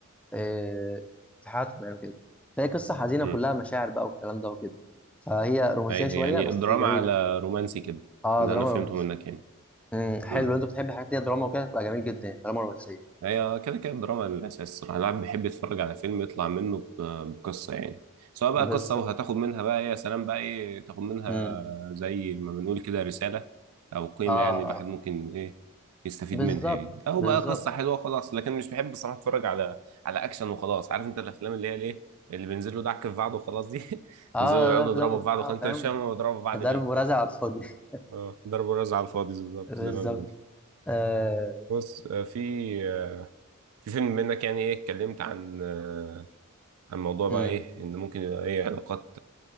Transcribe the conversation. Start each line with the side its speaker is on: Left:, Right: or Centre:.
Centre: إيه في حياتهم يعني كده فهي قصه حزينه
Right: مم.
Centre: كلها مشاعر بقى والكلام ده وكده فهي رومانسيه
Right: ايوه
Centre: شويه
Right: يعني
Centre: بس
Right: دراما
Centre: جميله
Right: على رومانسي كده
Centre: اه
Right: اللي
Centre: دراما
Right: انا فهمته
Centre: رومانسي
Right: منك يعني
Centre: امم حلو
Right: امم
Centre: انت بتحب الحاجات اللي هي دراما وكده تبقى جميل جدا يعني دراما رومانسيه
Right: هي كده كده الدراما الاساس الصراحه الواحد بيحب يتفرج على فيلم يطلع منه ب- بقصه يعني سواء بقى
Centre: بالظبط
Right: قصه وهتاخد منها بقى إيه، يا سلام بقى ايه تاخد منها
Centre: امم
Right: زي ما بنقول كده رساله او قيمه
Centre: اه آه.
Right: يعني الواحد ممكن ايه يستفيد
Centre: بالظبط
Right: منها يعني او
Centre: بالظبط
Right: بقى قصه حلوه خلاص لكن مش بحب الصراحه اتفرج على على اكشن وخلاص عارف انت الافلام اللي هي الايه اللي بينزلوا دعك في بعض وخلاص دي <laughs>
Centre: اه
Right: ينزلوا يقعدوا
Centre: ضرب ضرب
Right: يضربوا في
Centre: بتاع
Right: بعض وخلاص انت
Centre: فاهم
Right: مش فاهم هما بيضربوا في بعض
Centre: ضرب ورزع على الفاضي <laughs>
Right: اه ضرب ورز على الفاضي بالظبط
Centre: بالظبط
Right: زي ما بنقول
Centre: آه.
Right: بص آه، في آه، في فيلم منك يعني ايه اتكلمت عن آه، عن موضوع بقى
Centre: مم.
Right: ايه ان ممكن يبقى ايه علاقات